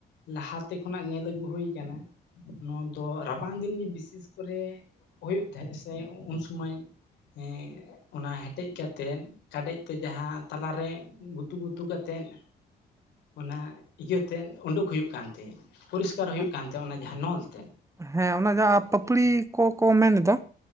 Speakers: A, on the left (about 85°); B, on the right (about 15°).
A: ᱞᱟᱦᱟ ᱛᱮ ᱠᱷᱚᱱᱟᱜ ᱧᱮᱞ ᱟᱹᱜᱩ ᱦᱩᱭ ᱠᱟᱱᱟ ᱱᱚᱣᱟ ᱫᱚ ᱨᱟᱵᱟᱝ ᱫᱤᱱ ᱜᱤ ᱵᱤᱥᱤᱥ ᱠᱚᱨᱮ ᱦᱳᱭᱩᱜ ᱛᱮᱦᱮᱸᱜ ᱥᱮ ᱚᱸ ᱩᱱ ᱥᱚᱢᱚᱹᱭ ᱦᱮᱸ ᱚᱱᱟ ᱦᱮᱴᱮᱡ ᱠᱟᱛᱮᱱ ᱠᱟᱰᱮᱡ ᱛᱮ ᱡᱟᱦᱟᱸ ᱛᱟᱞᱟ ᱨᱮ ᱜᱩᱛᱩ ᱜᱩᱛ ᱛᱩ ᱠᱟᱛᱮᱱ ᱚᱱᱟ ᱤᱭᱟᱹ ᱛᱮᱱ ᱚᱸᱰᱩᱠ ᱦᱩᱭᱩᱜ ᱠᱟᱱ ᱛᱮ ᱯᱚᱨᱤᱥᱠᱟᱨ
B: ᱦᱮᱸ
A: ᱦᱩᱭᱩᱜ ᱠᱟᱱ ᱛᱮ ᱚᱱᱟ ᱡᱟᱦᱟᱸ ᱱᱚᱞ ᱛᱮᱱ
B: ᱦᱮᱸ ᱚᱱᱟ ᱡᱟᱦᱟᱸ ᱯᱟᱹᱯᱲᱤ ᱠᱚ ᱠᱚ ᱢᱮᱱᱮᱫᱟ